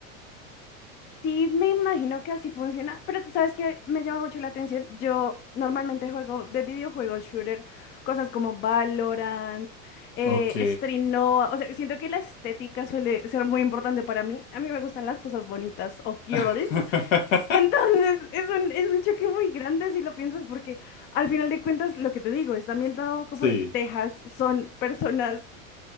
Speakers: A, on the left; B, on the left.
A: Sí, me imagino que así funciona, pero tú sabes que me llama mucho la atención. Yo normalmente juego de videojuegos shooter, cosas como Valorant, eh,
B: Ok.
A: Strinoa, o sea, siento que la estética suele ser muy importante para mí. A mí me gustan las cosas bonitas o girlies.
B: <laughs>
A: Entonces, es un, es un choque muy grande si lo piensas, porque al final de cuentas, lo que te digo, está ambientado como
B: Sí,
A: en Texas, son personas,